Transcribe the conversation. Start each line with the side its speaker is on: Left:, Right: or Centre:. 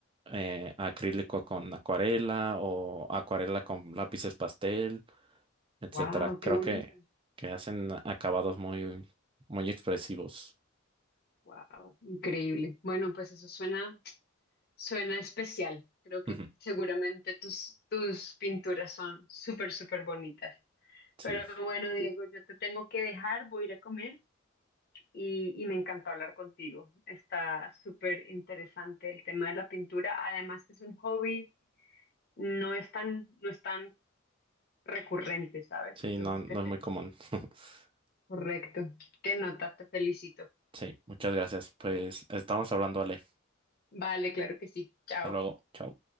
Right: eh, acrílico con acuarela o acuarela con lápices pastel. etcétera.
Left: Wow,
Right: Creo
Left: qué bonito.
Right: que, que hacen acabados muy, muy expresivos.
Left: Wow, increíble. Bueno, pues eso suena, suena especial. Creo que
Right: Ujú.
Left: seguramente tus, tus pinturas son súper, súper bonitas.
Right: Sí,
Left: Pero bueno, Diego, yo te tengo que dejar, voy a ir a comer. y, y me encantó hablar contigo. Está súper interesante el tema de la pintura, además que es un hobby, no es tan, no es tan recurrente, ¿sabes?
Right: sí,
Left: Entonces
Right: no, no
Left: te felicito.
Right: es muy común. <laughs>
Left: Correcto. Qué nota, te felicito.
Right: Sí, muchas gracias. Pues estamos hablando, Ale.
Left: Vale, claro que sí. Chao.
Right: Hasta luego. Chao.